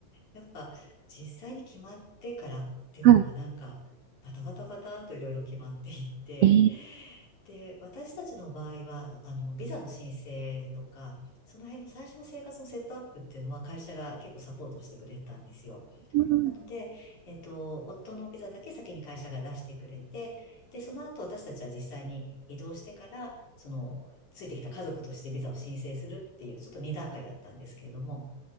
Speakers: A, on the left; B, on the right.
A: やっぱ実際に決まってからっていうのはなんかバタバタバタといろいろ決まっていって、
B: はい。ええ
A: <laughs> で、私たちの場合は、あの、ビザの申請とか、その辺の最初の生活のセットアップっていうのは会社が結構サポートをしてくれてたんですよ。
B: うん
A: なので、えっと、夫のビザだけ先に会社が出してくれて、で、その後私たちは実際に移動してから、その、ついてきた家族としてビザを申請するっていう、ちょっと2段階だったんですけれども、